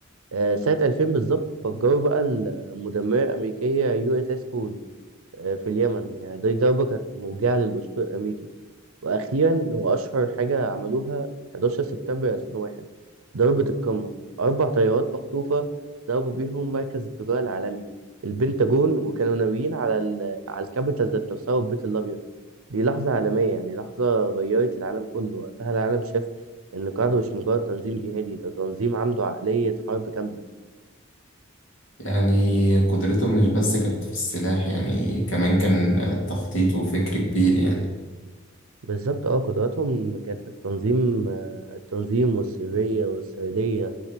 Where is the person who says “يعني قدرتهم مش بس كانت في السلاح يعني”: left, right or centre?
Left